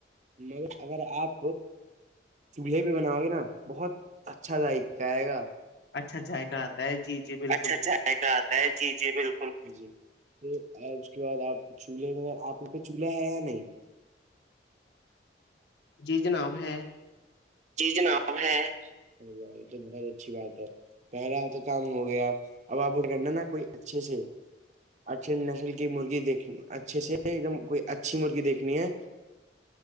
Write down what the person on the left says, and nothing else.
اچھا جائےگہ آتا ہے جی جی بالکل
جی جناب ہے